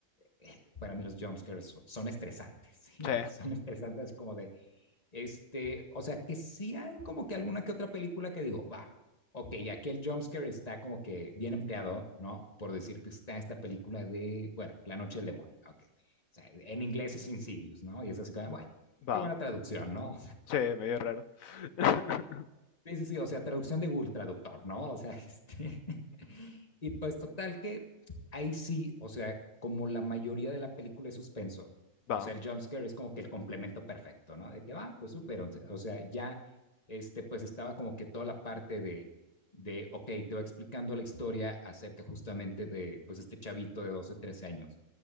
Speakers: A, on the left; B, on the left.
A: eh, para mí los jumpscares son, son estresantes, <laughs> ¿sí?
B: sí,
A: O sea, son estresantes como de, este, o sea, que sí hay como que alguna que otra película que digo, va, ok, aquí el jumpscare está como que bien empleado, ¿no? Por decirte, está esta película de, bueno, La Noche del Demonio, ok. O sea, en inglés es Insidious, ¿no? Y es así como, bueno,
B: va.
A: qué buena traducción, ¿no?
B: Sí, medio raro. <laughs>
A: Sí, sí, sí, o sea, traducción de Google Traductor, ¿no? O sea, este... <laughs> y pues total que ahí sí, o sea, como la mayoría de la película es suspenso,
B: Va,
A: o sea, el jumpscare es como que el complemento perfecto, ¿no? De que va, ah, pues súper, o sea, ya, este, pues estaba como que toda la parte de, de, ok, te va explicando la historia acerca justamente de, pues, este chavito de 12 13 años